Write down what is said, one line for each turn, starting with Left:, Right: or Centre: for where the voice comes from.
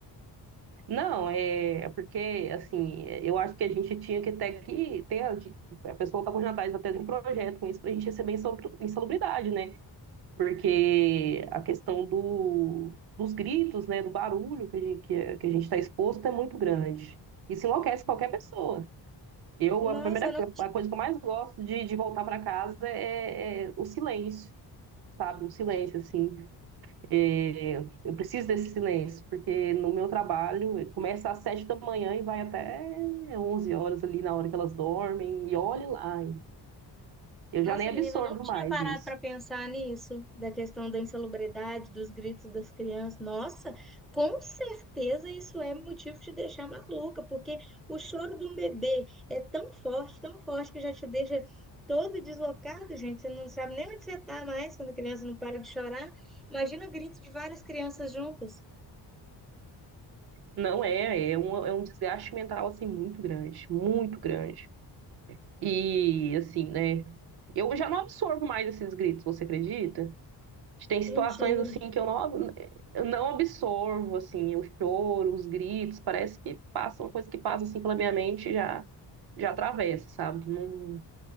Right: Não, é é porque, assim, é, eu acho que a gente tinha que até que ter, a de- a pessoa está correndo atrás até de um projeto com isso para a gente receber insalubri- insalubridade, né? Porque a questão do, dos gritos, né, do barulho que a gente, que a que a gente está exposto é muito grande. Isso enlouquece qualquer pessoa. Eu,
Centre: Nossa,
Right: a primeira,
Centre: eu não tinha
Right: a coisa que eu mais gosto de, de voltar para casa é, é o silêncio, sabe? O silêncio, assim. É, eu preciso desse silêncio, porque no meu trabalho eh, começa às sete da manhã e vai até 11 horas ali na hora que elas dormem, e olhe lá. Eu
Centre: Nossa,
Right: já nem absorvo
Centre: menina, eu não tinha
Right: mais
Centre: parado
Right: isso.
Centre: para pensar nisso, da questão da insalubridade, dos gritos das crianças. Nossa, com certeza isso é motivo de deixar maluca, porque o choro de um bebê é tão forte, tão forte, que já te deixa todo deslocado, gente. Você não sabe nem onde você está mais quando a criança não para de chorar. Imagina o grito de várias crianças juntas.
Right: Não é, é um, é um desgaste mental assim muito grande, muito grande. E assim, né? Eu já não absorvo mais esses gritos, você acredita? Tem situações
Centre: Mentira.
Right: assim que eu não, eu não absorvo, assim, o choro, os gritos, parece que passa uma coisa que passa assim pela minha mente e já já atravessa, sabe? Não,